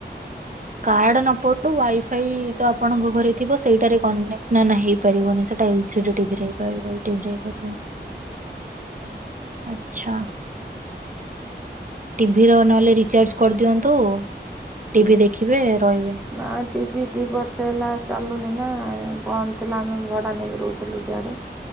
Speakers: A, on the right; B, in the centre.
A: କାର୍ଡ ନ ପଡୁ ୱାଇଫାଇ ତ ଆପଣଙ୍କ ଘରେ ଥିବ ସେଇଟାରେ କନେକ୍ଟ ନା ନା ପାରିବନି ସେଟା ଏଲ୍ ସିଡି ଟିଭି ହେଇପାରିବ ଏଇ ଟିଭି ହେଇପାରିବନି। ଆଛା ଟିଭି ର ନହେଲେ ରିଚାର୍ଜ କରିଦିଅନ୍ତୁ। ଟିଭିି ଦେଖିବେ ରହିବେ।
B: ନା ଟିଭି ଦି ବର୍ଷ ହେଲା ଚାଲୁନି ନା ବନ୍ଦ ଥିଲା ଆମେ ଭଡ଼ା ନେଇକି ରହୁଥିଲୁ ସିଆଡେ।